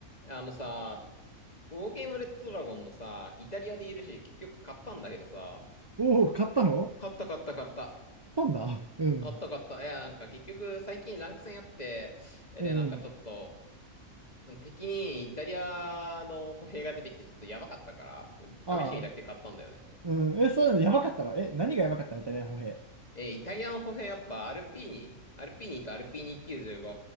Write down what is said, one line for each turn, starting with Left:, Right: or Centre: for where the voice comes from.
Left: あのさ、ウォーゲームレッドドラゴンのさ、イタリア d るし結局買ったんだけどさ、
Right: おお、買ったの
Left: 買った買った買った。
Right: 買ったんだ。うん。
Left: 買った買った。いや、なんか結局最近ランク戦やってて、えで、
Right: うん。
Left: なんかちょっと、敵にイタリアの歩兵が出てきてちょっとやばかったから、
Right: ああ。
Left: 試してみたくて買ったんだよね。
Right: うん。え、そうなの、やばかったのえ、何がやばかったみたいな、歩兵。
Left: え、イタリアの歩兵やっぱアルピーニ、アルピーニとアルピーニ95